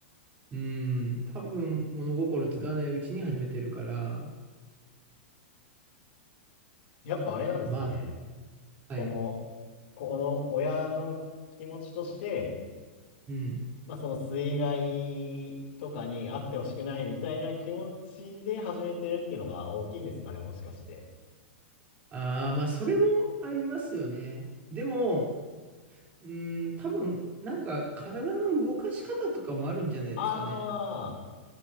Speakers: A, on the right (about 25°); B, on the left (about 65°).
A: うん。多分、物心つかないうちに始めてるから、
B: やっぱあれなんですかね。
A: まあ、はい。
B: この、この親の気持ちとして、
A: うん。
B: まあ、その水害とかにあってほしくないみたいな気持ちで始めてるっていうのが大きいんですかね、もしかして。
A: ああ、まあ、それもありますよね。でも、うん、多分、なんか、体の動かし方とかもあるんじゃないですかね。
B: ああ、